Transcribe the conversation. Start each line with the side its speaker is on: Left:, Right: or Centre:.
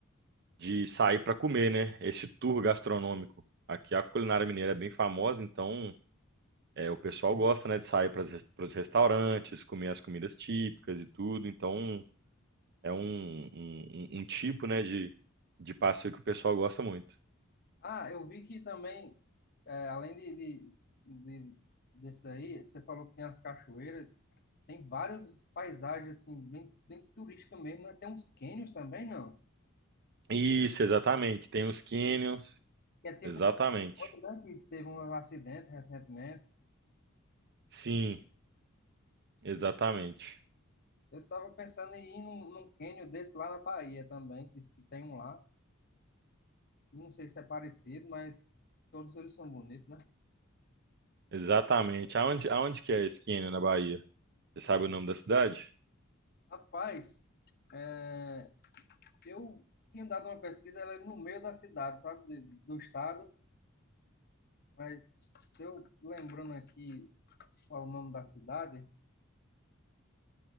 Right: de sair pra comer, né? Esse tour gastronômico. Aqui a culinária mineira é bem famosa, então é, o pessoal gosta, né, de sair para os restaurantes, comer as comidas típicas e tudo. Então, É um, um, um um tipo, né, de, de passeio que o pessoal gosta muito.
Left: Ah, eu vi que também, é, além de, de, de- desse aí, você falou que tem as cachoeiras, tem várias paisagens, assim, bem, bem turística mesmo, né? Tem uns cânions também, não?
Right: Isso, exatamente. Tem os canyons,
Left: Que é tipo,
Right: exatamente.
Left: outro, né, que teve um acidente recentemente.
Right: Sim, exatamente.
Left: Eu tava pensando em ir num, num cânion desse lá na Bahia também, que diz que tem um lá. Não sei se é parecido, mas todos eles são bonitos, né?
Right: Exatamente. Aonde, aonde que é esse canyon na Bahia? Você sabe o nome da cidade?
Left: Rapaz, é, eu tinha dado uma pesquisa, ela é no meio da cidade, sabe? De- do estado. Mas se eu lembrando aqui qual o nome da cidade,